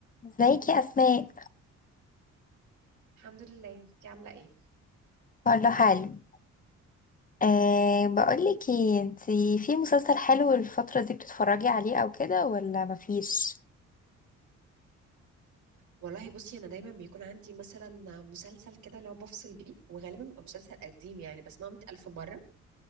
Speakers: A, on the left; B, on the right.
A: ازيك يا اسماء
B: الحمد لله انتي عامله ايه
A: كله حلو أه بقولك ايه انتي في مسلسل حلو الفترة دي بتتفرجي عليه او كده ولا مفيش
B: والله بصي انا دايما بيكون عندي مثلا مسلسل كده لو بفصل بيه وغالبا بيبقى مسلسل قديم يعني بسمعه 100000 مره